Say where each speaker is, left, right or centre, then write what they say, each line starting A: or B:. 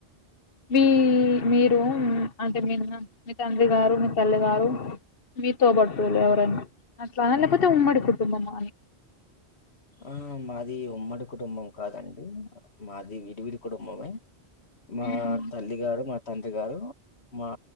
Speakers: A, on the left; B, on the left.
A: వీ మీరు అంటే మీన్న మీ తండ్రి గారు మీ తల్లి గారు మీ తోబుట్టులు ఎవరైనా అట్లానా లేకపోతే ఉమ్మడి కుటుంబమ అని
B: ఆ మాది ఉమ్మడి కుటుంబం కాదండి మాది విడివిడి కుటుంబమే మా
A: మ్మ్
B: తల్లి గారు మా తండ్రి గారు మా